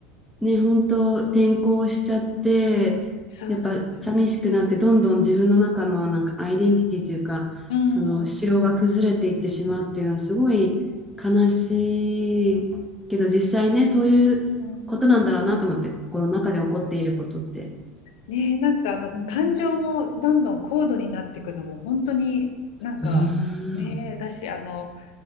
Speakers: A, in the centre; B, on the left.
A: ね、本当転校しちゃって、
B: そうなんですよ。
A: やっぱ寂しくなって、どんどん自分の中のなんかアイデンティティというか、
B: うんうん。
A: その城が崩れていってしまうっていうのはすごい悲しいけど、実際ね、そういうことなんだろうなと思って、
B: うん
A: 心の中で起こっていることって。
B: ねえ、なんかあの感情もどんどん高度になっていくのも本当になんかねえだしあの
A: うんうーん